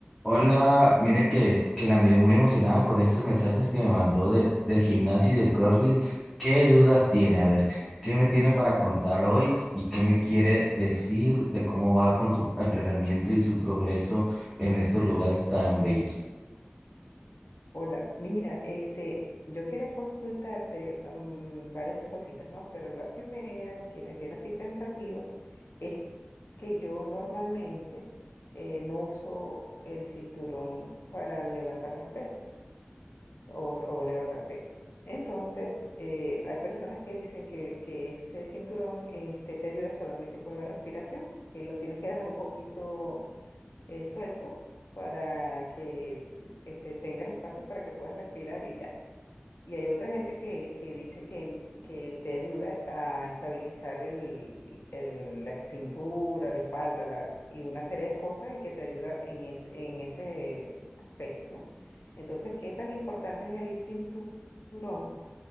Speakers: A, in the centre; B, on the left.
A: Hola, mire que, que la miré muy emocionada con estos mensajes que me mandó de, del gimnasio y del CrossFit. ¿Qué dudas tiene? A ver, ¿qué me tiene para contar hoy y qué me quiere decir de cómo va con su entrenamiento y su progreso en estos lugares tan bellos?
B: Hola, mira, este, yo quería consultarte mm, varias cositas, ¿no? Pero la primera que me tiene así pensativa es que yo normalmente eh, no uso el cinturón para levantar las pesas o, s- o levantar peso. Entonces, eh, hay personas que dicen que, que ese cinturón este, te ayuda solamente con la respiración, que lo tienes que dejar un poquito eh, suelto para que este, tengas espacio para que puedas respirar y ya. Y hay otra gente que, que dice que, que te ayuda a estabilizar el, el- la cintura, la espalda la, y una serie de cosas y que te ayuda en ese, en ese aspecto, ¿no? Entonces, ¿qué tan importante es el cinturón?